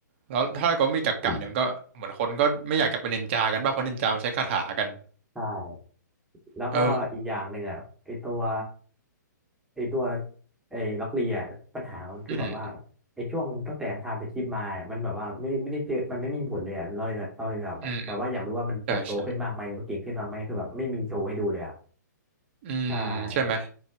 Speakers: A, on the right (about 35°); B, in the centre.
A: แล้วถ้าก็ไม่มีจักกะเนี่ยมันก็เหมือนคนก็ไม่อยากจะเป็นนินจากันป่ะเพราะนินจามันใช้คาถากัน
B: อืมใช่ แล้วก็อีกอย่างหนึ่งอ่ะไอตัว
A: เออ
B: ไอตัวไอล็อกเลียปัญหามันคือแบบว่า
A: อืมอืม
B: ไอช่วงตั้งแต่ทำไปคลิปมามันแบบว่าไม่ได้ไม่ได้เจอมันไม่มีผลเลยอะเราเลยเราเลยแบบแบบแบบว่าอยากรู้ว่ามันเติบโตขึ้นมากไหมหรือว่าเก่งขึ้นมากไหมคือแบบไม่มีโชว์ให้ดูเลยอ่ะ
A: อืมใช่ใช่อืมใช่ไหม
B: ใช่